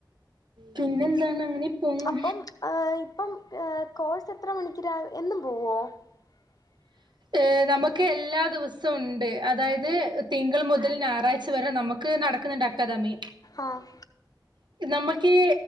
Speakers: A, on the right; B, on the left.
A: പിന്നെന്താണ് അങ്ങനെ? പോന്നു
B: അപ്പം ഇപ്പം കോഴ്സ് എത്ര മണികൂറാ, എന്നും പോവുമോ? <inaudible>
A: ആഹ് നമുക്ക് എല്ലാ ദിവസവും ഉണ്ട്, അതായത് തിങ്കൾ മുതൽ ഞായറാഴ്ച വരെ നമുക്ക് ക്ക് നടക്കുന്നുണ്ട് അക്കാദമി.
B: ആഹ്.
A: നമ്മുക്ക്